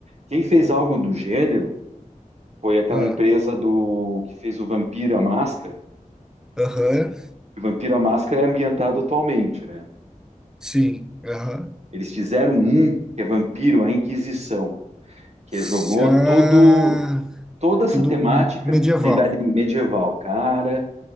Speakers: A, on the right; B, in the centre.
A: Quem fez algo do gênero foi aquela
B: Ah,
A: empresa do que fez o Vampiro à Máscara.
B: Aham,
A: O Vampiro à Máscara é ambientado atualmente, né?
B: sim, aham.
A: Eles fizeram um que é Vampiro à Inquisição, que
B: S-
A: jogou
B: Ah,
A: todo toda essa
B: tudo
A: temática
B: medieval.
A: na Idade Medieval, cara,